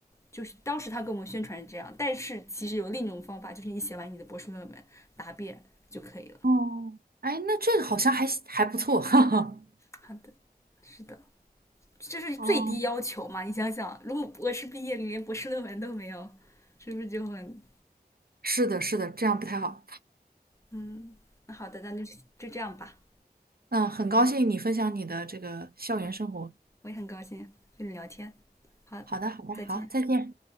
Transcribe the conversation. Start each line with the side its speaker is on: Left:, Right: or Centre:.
Left: 就是当时他跟我们宣传是这样，但是其实有另一种方法，就是你写完你的博士论文答辩就可以了。
Right: 哦，哎，那这个好像还还不错，<laughs> 哈哈。
Left: 好的，是的，这是最低要求嘛？
Right: 哦，
Left: 你想想，如果博士毕业你连博士论文都没有，是不是就很
Right: 是的，是的，这样不太好。
Left: 嗯？那好的，那就就这样吧。
Right: 嗯，很高兴你分享你的这个校园生活。
Left: 我我也很高兴跟你聊天，好，
Right: 好的，好的，
Left: 再见。
Right: 好，再见。